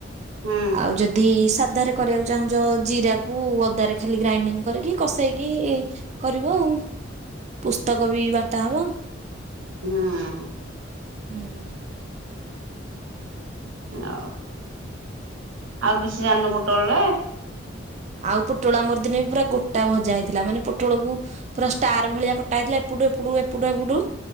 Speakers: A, on the right; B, on the right.
A: ହୁଁ
B: ଆଉ ଯଦି ସାଧାରେ କରିବାକୁ ଚାହୁଁଛ ଜିରାକୁୁ ଓଦାରେ ଖାଲି ଗ୍ରାଇଣ୍ଡିଙ୍ଗ କରିକି କଷେଇକି କରିବ ଆଉ ପୁସ୍ତକ ବି ବାର୍ତା ହବ।
A: ହଁ।
B: ହୁଁ।
A: <unintelligible> ଆଉ କିଛି ଜାଣିନୁ <unintelligible>
B: ଆଉ ପୋଟଳ ଆମର ଦିନେ ବି ପୁରା ଗୋଟା ଭଜା ହେଇଥିଲା ମାନେ ପୋଟଳକୁ ପୁରା ଷ୍ଟାର ଭଳିଆ କଟା ହେଇଥିଲା ଏପଟୁ ଏପଡୁ ଏପଟୁ ଏପଡୁ।